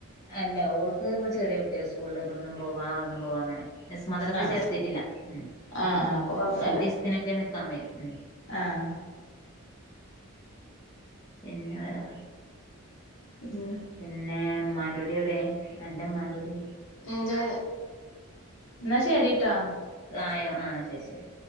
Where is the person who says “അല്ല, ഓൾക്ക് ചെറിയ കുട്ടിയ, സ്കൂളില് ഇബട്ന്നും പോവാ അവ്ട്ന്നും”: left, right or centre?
Left